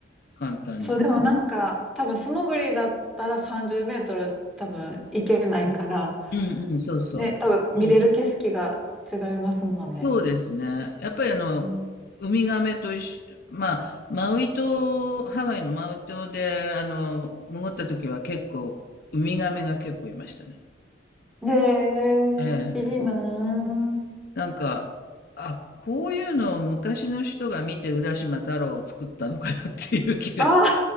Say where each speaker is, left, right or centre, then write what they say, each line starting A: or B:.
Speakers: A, on the left (about 55°); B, in the centre.
A: 簡単に。
B: そう、でもなんか、多分素潜りだったら30メートル多分行けないから、
A: うんうん、そうそう。
B: ね、多分見れる景色が違いますもんね。
A: うんそうですね。やっぱりあの、
B: うん
A: ウミガメと一緒、まあ、マウイ島、ハワイのマウイ島で、あの、潜った時は結構、ウミガメが結構いましたね。
B: で、
A: え
B: いいなぁ。
A: え。なんか、あ、こういうのを昔の人が見て浦島太郎を作ったのかなっていう気がし
B: あ